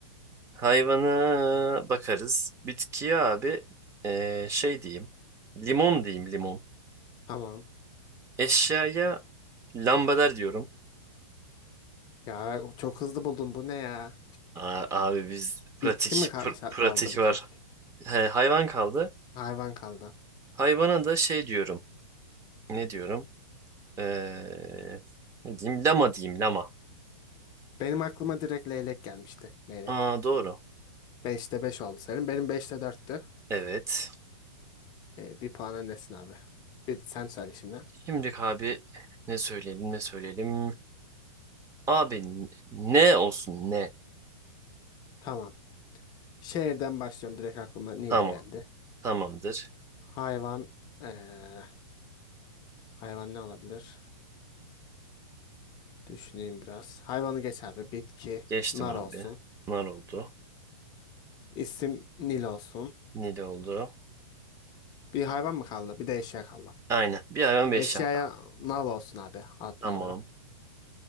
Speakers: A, on the right; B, on the left.
A: Hayvana bakarız. Bitkiye abi eee, şey diyeyim. Limon diyeyim limon.
B: Tamam.
A: Eşyaya lambader diyorum.
B: Ya çok hızlı buldum. Bu ne ya?
A: Aa, abi biz pratik
B: Bitki mi kal-
A: pr-
B: şa-
A: pratik
B: kaldı bir
A: var.
B: tek?
A: He, hayvan kaldı.
B: Hayvan kaldı.
A: Hayvana da şey diyorum. Ne diyorum? Ee, ne diyeyim? Lama diyeyim lama.
B: Benim aklıma direkt leylek gelmişti. Leylek.
A: Aa, doğru.
B: Beşte 5 oldu senin. Benim beşte 4'tü.
A: Evet.
B: Ee, bir puan öndesin abi. Bir sen söyle şimdi.
A: Şimdi abi ne söyleyelim ne söyleyelim. Abi n- ne olsun ne?
B: Tamam. Şehirden başlıyorum. Direkt aklıma ne
A: Tamam.
B: geldi.
A: Tamamdır.
B: Hayvan. eee, hayvan ne olabilir? Düşüneyim biraz. Hayvanı geç abi. Bitki.
A: Geçtim
B: Nar
A: abi.
B: olsun.
A: Nar oldu.
B: İsim Nil olsun.
A: Nil oldu.
B: Bir hayvan mı kaldı? Bir de eşya kaldı.
A: Aynen. Bir hayvan beş
B: Eşyaya
A: can kaldı.
B: nal olsun abi. At
A: Tamam.
B: nalı.